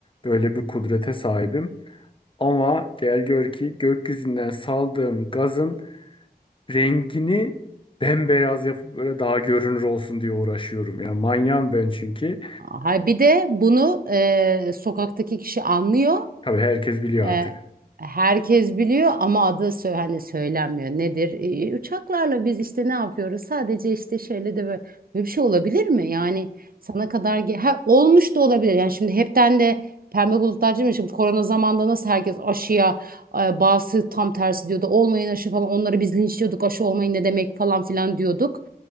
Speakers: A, on the left; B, on the right.
A: Böyle bir kudrete sahibim. Ama gel gör ki gökyüzünden saldığım gazın rengini bembeyaz yapıp böyle daha görünür olsun diye uğraşıyorum. Ya manyağım ben çünkü.
B: Hay bir de bunu e, sokaktaki kişi anlıyor.
A: Tabii herkes biliyor
B: E,
A: artık.
B: herkes biliyor ama adı sö- hani söylenmiyor. Nedir? E, uçaklarla biz işte ne yapıyoruz? Sadece işte şöyle de böyle, böyle bir şey olabilir mi? Yani sana kadar ge- ha, olmuş da olabilir. Yani şimdi hepten de pembe bulutlar değil mi? Şimdi korona zamanında nasıl herkes aşıya e, bazısı tam tersi diyordu. Olmayın aşı falan. Onları biz linçliyorduk. Aşı olmayın ne demek falan filan diyorduk.